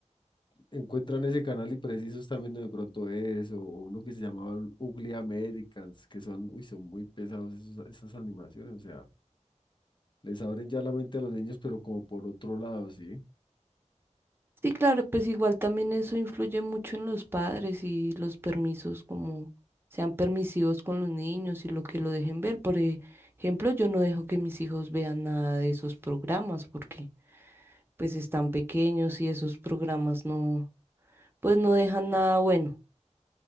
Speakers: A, on the left; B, on the right.
A: encuentran ese canal y precisos están viendo de pronto eso, o uno que se llamaba Ugly Americans, que son, uy, son muy pesados esos- esas animaciones, o sea, les abren ya la mente a los niños, pero como por otro lado, ¿sí?
B: Sí, claro, pues igual también eso influye mucho en los padres y los permisos, como sean permisivos con los niños y lo que lo dejen ver. Por e- ejemplo, yo no dejo que mis hijos vean nada de esos programas porque pues están pequeños y esos programas no, pues no dejan nada bueno.